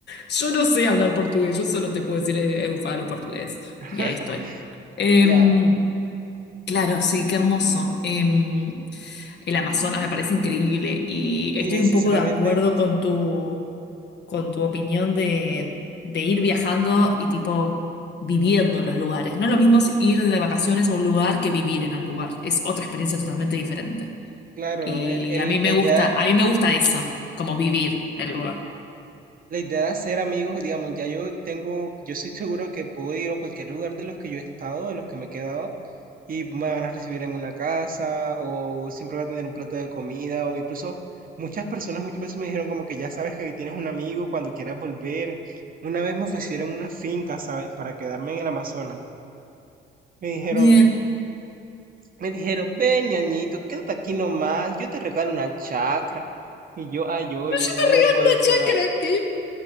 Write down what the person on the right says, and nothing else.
<laughs>
Ya,
sí,
sinceramente,
claro,
el, el-
la idea
La idea de hacer amigos, digamos, ya yo tengo, yo estoy seguro que puedo ir a cualquier lugar de los que yo he estado, de los que me he quedado, y me van a recibir en una casa, o siempre voy a tener un plato de comida, o incluso muchas personas muchas veces me dijeron como que ya sabes que aquí tienes un amigo cuando quieras volver. Una vez me ofrecieron una finca, ¿sabes? Para quedarme en el Amazonas. Me dijeron,
me dijeron, ven, ñañito, quédate aquí nomás, yo te regalo una chacra. Y yo, ay, oye,
no
me
puedo
quedar.